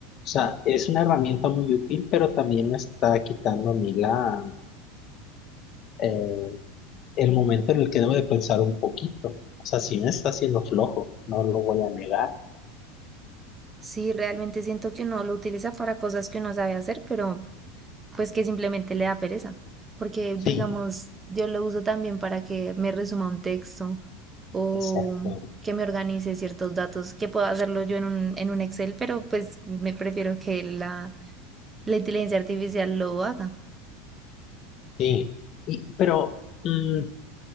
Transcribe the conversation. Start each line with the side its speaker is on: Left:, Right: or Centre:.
Left: sea, es una herramienta muy útil, pero también me está quitando a mí la, eh, el momento en el que debo de pensar un poquito. O sea, sí me está haciendo flojo, no lo voy a negar.
Right: Sí, realmente siento que uno lo utiliza para cosas que uno sabe hacer, pero pues que simplemente le da pereza, porque
Left: Sí,
Right: digamos, yo lo uso también para que me resuma un texto o
Left: exacto,
Right: que me organice ciertos datos, que puedo hacerlo yo en un, en un Excel, pero pues me prefiero que la, la inteligencia artificial lo haga.
Left: sí. Y, pero mm,